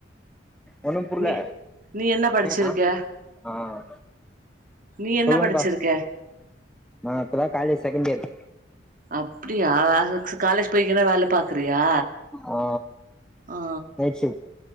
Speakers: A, in the centre; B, on the right.
A: ஒன்னு புர்ல
B: நீ நீ என்ன படிச்சிருக்க
A: ஏ ஆ ஆ
B: நீ என்ன
A: சொல்லுங்கா
B: படிச்சிருக்க
A: நா இப்பதா காலேஜ் செகண்ட் இயர்
B: அப்புடியா காலேஜ் போய்ங்கின்னா வேல பாக் கிரியா
A: ஆ
B: ஆ
A: நைட் ஷிஃப்ட்